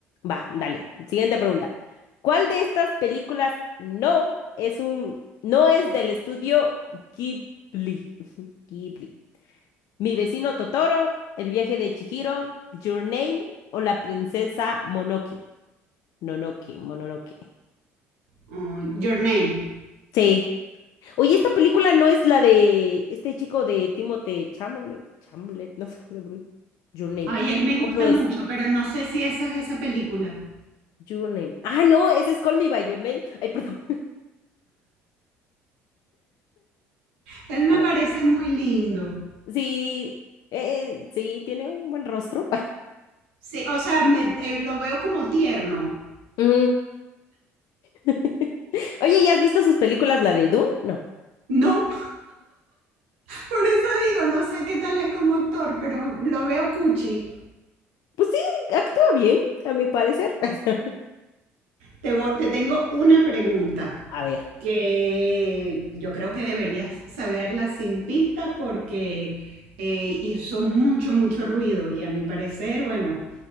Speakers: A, on the left (about 55°); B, on the right (about 75°).
A: Va, dale. Siguiente pregunta. ¿Cuál de estas películas no es un, no es del estudio Ghibli? <laughs> Ghibli. Mi vecino Totoro, El viaje de Chihiro, Your Name o La princesa Monoki. Nonoki, Mononoke.
B: Oh, Your Name.
A: Sí. Oye, esta película no es la de este chico de Timothée Chalamet, Chalamet, no sé cómo se pronuncia. Your Name.
B: Ay, él me gusta
A: ¿O no es?
B: mucho, pero no sé si esa es esa película.
A: Your Name. Ah, no, ese es Call Me by Your Name. Ay, perdón.
B: Él me
A: <laughs>
B: parece muy lindo.
A: Sí, eh, eh, sí, tiene un buen rostro.
B: Sí, o sea, me, eh, lo veo como tierno.
A: <laughs> Ujú. <laughs> Oye, ¿ya has visto sus películas, la de Dune? No.
B: No, Por eso digo, no sé qué tal es como actor, pero lo veo cuchi.
A: Pues sí, actúa bien, a mi parecer. <laughs>
B: Te, vo- te tengo una pregunta
A: A ver,
B: que yo creo que deberías saberla sin pista porque eh, hizo mucho, mucho ruido y a mi parecer, bueno,